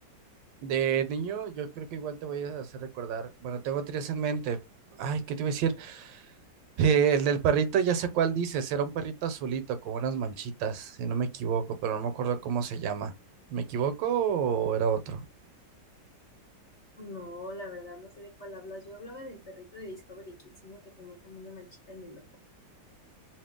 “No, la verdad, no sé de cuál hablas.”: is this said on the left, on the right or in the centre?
Left